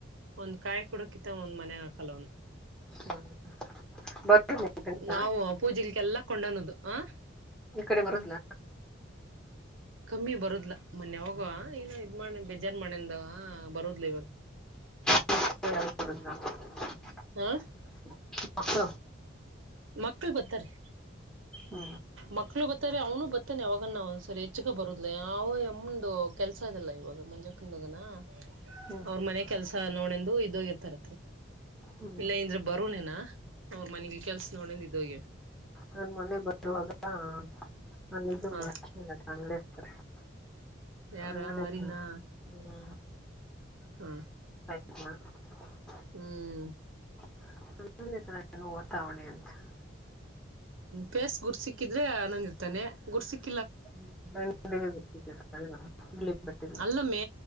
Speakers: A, on the right (about 85°); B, in the centre.
A: ಒಂದ್ ಕಾಯಿ ಕುಡಕಿತ ಒಂದ್ ಮನೆ ಹಾಕಲ್ಲ ಅವನು
B: ಹ್ಮ ಬ
A: ನಾವು ಪೂಜೆಗಳಿಗೆಲ್ಲ ಕೊಂಡನದು ಹ
B: ಈ ಕಡೆ ಬರದಲ
A: ಕಮ್ಮಿ ಬರದ್ಲ ಮೊನ್ನೆವೋಗ ಏನೋ ಇದ್ ಮಾಡ ಬೇಜಾರ ಮಣೆಯಿಂದ ಬರೋದ್ ಇವಾಗ
B: <inaudible>
A: ಹ
B: ಮಕ್ಕಳು
A: ಮಕ್ಕಳ ಬತಾರೆ
B: ಹಾ
A: ಮಕ್ಕಳು ಬರ್ತಾರೆ ಅವನು ಬರ್ತಾನೆ ಹೋಗೋಣ ಒಂದ್ಸರಿ ಹೆಚ್ಚಗ ಬರುದಿಲ್ಲ ಯಾವು ಎಮ್ಮಂದು <inaudible> ಕೆಲಸಾ ಆಗಲ್ಲ ಇವಾಗ ಮಂಜಕ್ಕನ ಮಗನಾ <inaudible>
B: ಹು <inaudible>
A: ಅವ್ರ ಮನೆ ಕೆಲಸಾ ನೋಡ ಎಂದು ಇದ್ದ ಹೋಗಿರರ್ತಾರ
B: ಹ್ಮ್
A: ಇಲ್ಲ ಇಂದ್ರ ಬರುನೇನಾ ಅವರ ಮನಿಗ ಕೆಲಸ ನೋಡಿಂದ ಇದು ಆಗೇವಿ.
B: ನನ್ನ ಮನೆಗ ಬರತ್ತಳ ಅಲ್ಲ ನನ್ನ ಹೆಸರ
A: ಹ
B: ಬಾಳ ಚಂದ ಅಂದಿರತಾರ <inaudible>
A: ಯಾರ
B: ಹಂಗ ಲೈಕ್
A: ಹರಿನಾ
B: ಬಂದಿದವ
A: ಹ
B: <unintelligible> <inaudible>
A: ಹ್ಮ್
B: <inaudible> <unintelligible>
A: ಪೇಸ ಗುರುತ್ ಸಿಕ್ಕಿದ್ರೆ ಆನಂದ ಇರ್ತಾನೆ ಗುರುತ್ ಸಿಕ್
B: <unintelligible> <inaudible>
A: ಅಲ್ಲ ಅಮ್ಮೀ